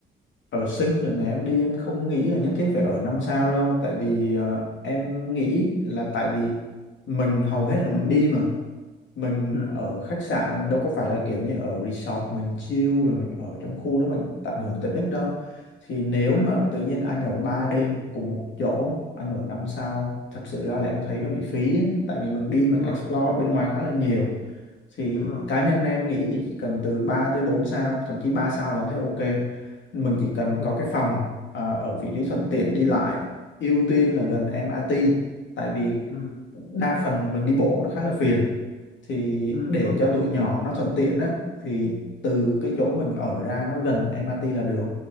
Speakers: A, on the left (about 70°); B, on the left (about 50°).
A: ở sinh đợt này em đi em không nghĩ là nhất thiết phải ở năm sao đâu tại vì ờ, em nghĩ là tại vì mình hầu hết là mình đi mà mình
B: ừ,
A: ở khách sạn mình đâu có phải là kiểu như ở resort mình chill rồi mình ở trong khu đó mình tận hưởng tiện ích đâu thì nếu
B: ừ,
A: mà tự nhiên anh ở 3 đêm cùng một chỗ anh ở 5 sao thật sự ra là em thấy
B: ừ,
A: nó bị phí á. tại vì mình đi mình
B: đúng
A: explore
B: rồi đúng rồi
A: bên ngoài khá là nhiều thì
B: đúng rồi
A: cá nhân em nghĩ thì chỉ cần từ 3 tới 4 sao thậm chí 3 sao là em thấy ok mình chỉ cần
B: ok
A: có cái phòng à, ở vị trí thuận tiện đi lại ưu tiên là gần
B: ừ,
A: MRT tại vì
B: ừ,
A: đa phần mình đi bộ nó khá là phiền thì
B: ừ,
A: để
B: ok
A: cho tụi
B: anh
A: nhỏ
B: hiểu
A: nó thuận tiện á thì từ cái chỗ mình ở ra nó gần MRT là được